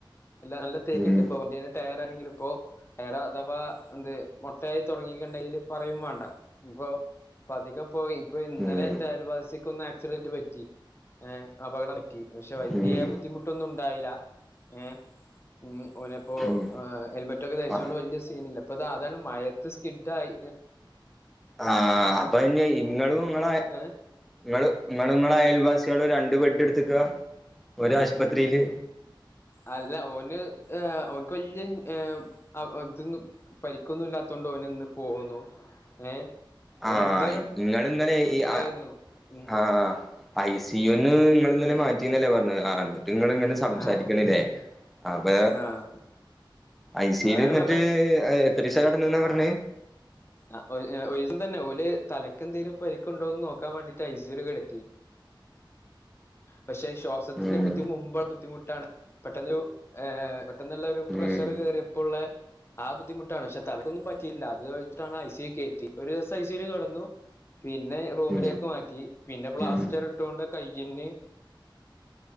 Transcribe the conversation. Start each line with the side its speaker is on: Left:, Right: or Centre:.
Left: നല്ല തേക്ക്
Centre: ഉം
Left: ഉണ്ട് ഇപ്പൊ വണ്ടിന്റെ ടയറാണെങ്കില് ഇപ്പോ വേറെ അഥവാ എന്ത് മുട്ടയായി തുടങ്ങിക്ക്ണ്ടെങ്കില് പറയും വേണ്ട ഇപ്പൊ അധികം ഇപ്പൊ ഇന്നലെ
Centre: ഉം
Left: എന്റെ അയൽവാസിക് ഒന്ന് ആക്സിഡന്റ് പറ്റി ഏഹ് അപകടം പക്ഷെ വലിയ
Centre: ഉം
Left: ബുദ്ധിമുട്ടൊന്നും ഉണ്ടായില്ല ഏഹ് ഉം, ഓനപ്പോ
Centre: ഉം
Left: ഹെൽമെറ്റ് ഒക്കെ ധരിച്ചൊണ്ട്
Centre: ആഹ്
Left: വലിയ സീനില്ല. അപ്പ അതാ അതാണ് മഴയത്ത് സ്കിഡ് ആയി
Centre: ആഹ് അപ്പൊ ഇനി ഇങ്ങളും ഇങ്ങളെ
Left: ഏഹ്
Centre: ഇങ്ങള്, ഇങ്ങളും അയൽവാസികളും രണ്ട് ബെഡ് എടുത്ത്ക്കാ ഒരു ആശുപത്രിയില്
Left: അല്ല ഓന് ഓന്ക്ക് വലിയ ഇൻ ഏഹ് ഇതും പരിക്കൊന്നും ഇല്ലാത്തൊണ്ട് ഓന് ഇന്ന് പോന്നു ഏഹ്
Centre: ആ
Left: ഓൻ ഇതുവരെ
Centre: ഇങ്ങള് ഇന്നലെ ഈ
Left: ഉണ്ടായിരുന്നു
Centre: ആ
Left: ഉം
Centre: ആ പൈസ തീ ഒന്ന് ഇങ്ങള് ഇന്നലെ
Left: ഉം
Centre: മാറ്റിന്നല്ലേ
Left: ഉം
Centre: പറഞ്ഞെ, എന്നിട്ട് ഇങ്ങൾ ഇങ്ങനെ സംസാരിക്കണില്ലേ
Left: ആഹ്
Centre: അപ്പ
Left: ആഹ്
Centre: ഐ സി
Left: അതാണ്
Centre: യു വി ൽ എന്നിട്ട്
Left: പറഞ്ഞ
Centre: എത്രീസം കെടന്ന് ന്നാ പറഞ്ഞേ
Left: ആ ഒര് ഒരീസം തന്നെ ഓല് തലക്കെന്തങ്കിലും പരിക്കൊണ്ടോന്ന് നോക്കൻ വേണ്ടിട്ട് ഐ സി യു. ൽ കിടത്തി. പക്ഷെ ശ്വാസത്തിന്റെ
Centre: ഉം
Left: ബുദ്ധി മുമ്പെ ബുദ്ധിമുട്ടാണ്. പെട്ടെന്ന് ഒരു ഏഹ് പെട്ടെന്നല്ല ഒരു
Centre: ഉം
Left: പ്രഷർ കയറിയപ്പോ ഉള്ള ആ ബുദ്ധിമുട്ടാണ് പക്ഷെ തലക്കൊന്നും പറ്റിയില്ല അത് വെച്ചിട്ടാണ് ഐ സി യു കയറ്റി ഒരു ദിവസം ഐ സി യു വിൽ കിടന്നു. പിന്നെ റൂമിലേക്ക്
Centre: ഉം
Left: മാറ്റി പിന്നെ പ്ലാസ്റ്റർ
Centre: ഉം
Left: ഇട്ടോണ്ട് കൈയിന്റേം